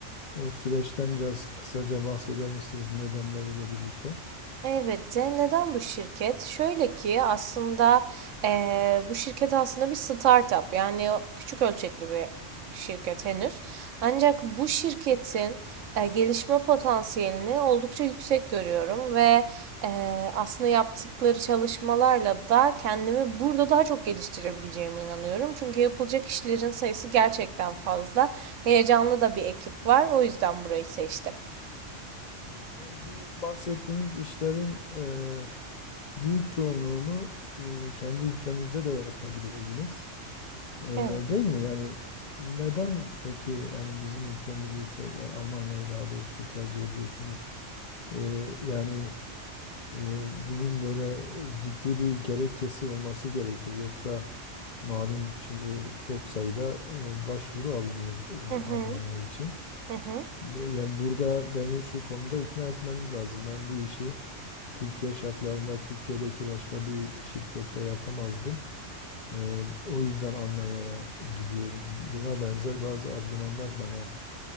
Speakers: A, on the left (about 50°); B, on the right (about 85°).
A: o süreçten biraz kısaca bahseder misiniz nedenleriyle birlikte?
B: Elbette. Neden bu şirket? Şöyle ki aslında eee, bu şirket aslında bir startup yani o küçük ölçekli bir şirket henüz. Ancak bu şirketin eee, gelişme potansiyelini oldukça yüksek görüyorum ve eee, aslında yaptıkları çalışmalarla da kendimi burada daha çok geliştirebileceğime inanıyorum. Çünkü yapılacak işlerin sayısı gerçekten fazla Heyecanlı da bir ekip var, o yüzden burayı seçtim.
A: Evet, yani bu bahsettiğiniz işlerin e, büyük çoğunluğunu e, kendi ülkenizde de yapabilirdiniz. E,
B: Evet.
A: değil mi? Yani neden peki yani bizim ülkemizi te- yani Almanya'yı daha doğrusu tercih ediyorsunuz? E, yani ee, Bunun böyle ciddi bir gerekçesi olması gerekir. Yoksa malum şimdi çok sayıda e, başvuru alınıyor
B: Hı hı.
A: e, Almanya için.
B: Hı hı.
A: E, Yani burada beni şu konuda ikna etmeniz lazım. Ben bu işi Türkiye şartlarında Türkiye'deki başka bir şirkette yapamazdım. E, O yüzden Almanya'ya gidiyorum. Buna benzer bazı argümanlar bana